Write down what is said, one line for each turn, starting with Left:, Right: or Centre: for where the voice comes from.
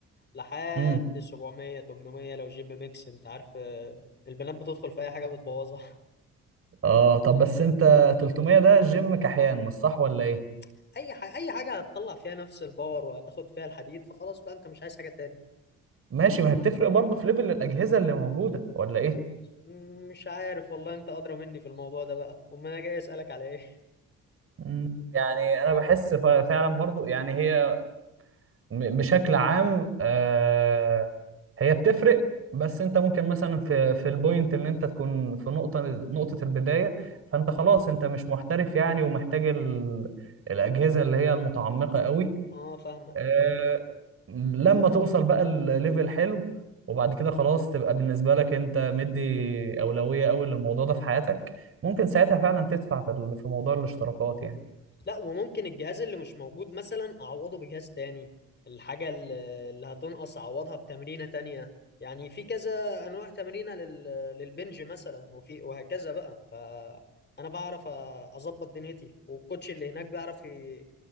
Left: لحد
Right: امم
Left: 700 800 لو جيب ميكس انت عارف آه، البنات بتدخل في اي حاجه بتبوظها
Right: اه طب بس انت 300 ده جيم كحيان مش صح ولا ايه
Left: <laughs> اي حاجه اي حاجه هتطلع فيها نفس الباور وهتاخد فيها الحديد فخلاص بقى انت مش عايز حاجه تاني
Right: ماشي ما هي بتفرق برضه في ليفل الاجهزة اللي موجودة ولا ايه
Left: مم، مش عارف والله انت ادرى مني في الموضوع ده بقى امال انا جاي اسالك على ايه
Right: مم. يعني انا بحس ف- فعلا برضو يعني هي م- بشكل عام آه، هي بتفرق بس انت ممكن مثلا في في البوينت ان انت تكون في نقطة نقطة البداية فانت خلاص انت مش محترف يعني ومحتاج ال- الأجهزة اللي هي المتعمقة قوي
Left: اه فاهمك
Right: آه، لما توصل بقى الليفل حلو وبعد كده خلاص تبقى بالنسبة لك انت مدي أولوية قوي للموضوع ده في حياتك ممكن ساعتها فعلا تدفع في ال- في موضوع الاشتراكات يعني
Left: لا وممكن الجهاز اللي مش موجود مثلا اعوضه بجهاز تاني الحاجة اللي اللي هتنقص اعوضها بتمرينة تانية يعني في كذا انواع تمرينة لل... للبنج مثلا وفي وهكذا بقى فانا بعرف أ- اظبط دنيتي والكوتش اللي هناك بيعرف ي...